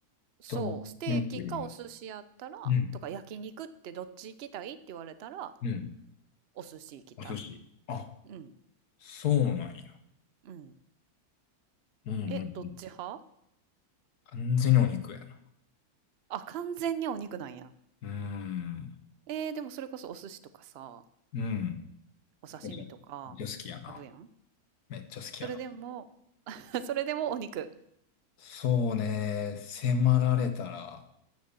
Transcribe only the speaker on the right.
そう、
ステーキかお寿司やったら、
とか焼肉ってどっち行きたいって言われたら、
お寿司行きたい。
うん、
うん。
え、どっち派
あ、完全にお肉なんや。
えー、でもそれこそお寿司とかさ、
お刺身とか、
あるやん。
それでも、<laughs> それでもお肉。